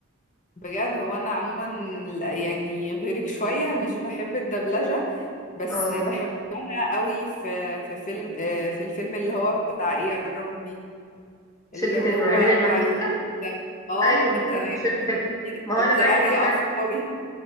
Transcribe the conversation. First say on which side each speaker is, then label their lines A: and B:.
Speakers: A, on the left; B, on the left.
A: بجد هو انا عموما لا- يعني غيرك شويه مش بحب الدبلجه بس
B: اه
A: بحبها قوي في في فيلم آه، في الفيلم اللي هو بتاع ايه يا ربي
B: شركه
A: اللي هو
B: المنعمين المحدود
A: بتاع الوحوش ده اه
B: ايوه
A: <laughs>
B: ما هو
A: تمام
B: شركه الم...
A: إيه ده؟
B: ما هو انا
A: انت
B: معاكي
A: قارية
B: هو فعلا
A: افكاري